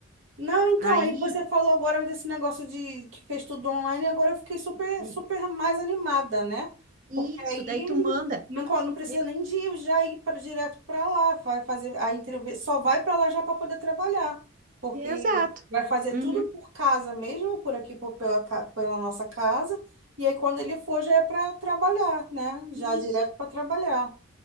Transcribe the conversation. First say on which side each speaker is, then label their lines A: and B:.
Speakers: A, on the right; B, on the right.
A: Não, então,
B: Aí,
A: aí você falou agora desse negócio de que fez tudo online, e agora eu fiquei super,
B: Sim.
A: super mais animada, né?
B: isso,
A: Porque aí
B: daí tu manda.
A: não, co- não precisa
B: Me-
A: nem de ir já ir para direto para lá, vai fazer a entrevista, só vai para lá já para poder trabalhar, porque
B: Exato.
A: vai fazer
B: Uhum,
A: tudo por casa mesmo, por aqui por, pela, ca- pela nossa casa, e aí quando ele for já é para trabalhar, né? Já
B: isso.
A: direto para trabalhar,